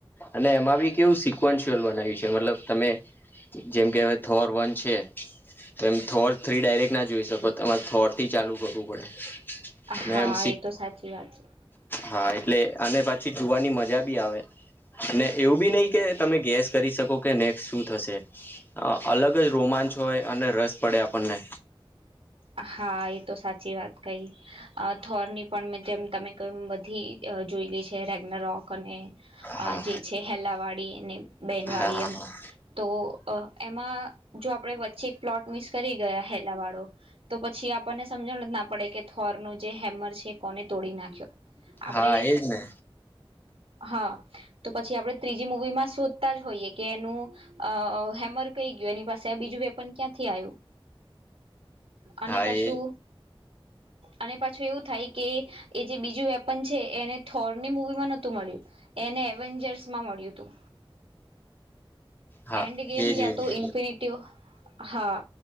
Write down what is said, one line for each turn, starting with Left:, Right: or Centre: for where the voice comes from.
Left: અને એમાં બી કેવું સિકવન્શઅલ બનાવ્યું છે મતલબ તમે જેમ કે હવે થોર વન છે તો એમ થોટ થ્રી ડાયરેક્ટ ના જોઈ શકો તમારા થોર્ટ, થી ચાલુ કરવું પડે
Right: હા
Left: અને એમ
Right: એ તો સાચી વાત છે.
Left: હા એટલે અને પછી જોવાની મજા બી આવે અને, એવું બી નહીિ કે તમે ગેસ કરી શકો કે નેક્સ્ટ શું થશે. અલગ જ રોમાંચ હોય અને રસ પડે આપણને
Right: હા એ તો સાચી વાત કઈ થોરની પણ જેમ તમે કઈ બધી જોઈલી છે રેગના રોક અને અ
Left: હા
Right: જે છે હેલા વાળી અને બહેન
Left: હા
Right: વાળી
Left: હા
Right: એમ
Left: હા
Right: તો એમાં જો આપડે વચ્ચે એક પ્લોટ મિસ કરી ગયા હેલા વાળો. તો પછી આપણને સમજણ જ ના પડે કે થોરનું જે હેમર છે કોને તોડી નાખ્યો. આપડે
Left: હા એજ ને
Right: હા તો પછી આપણે ત્રીજી મૂવીમાં શોધતા જ હોઈએ કે એનું અ હેમર થઈ ગય એની પાસે આ બીજું વેપન ક્યાંથી આવ્યું અને
Left: હા
Right: પાછું
Left: એ
Right: અને પાછું એવું થાય કે એ જે બીજું વેપન છે એને થોરની મૂવીમાં નહતું મળ્યું, એને એવેન્જર્સ માં મળ્યું હતું.
Left: હા
Right: એન્ડ ગેમ
Left: એજ
Right: યા
Left: એજ
Right: તો ઇન્ફિનિટી હા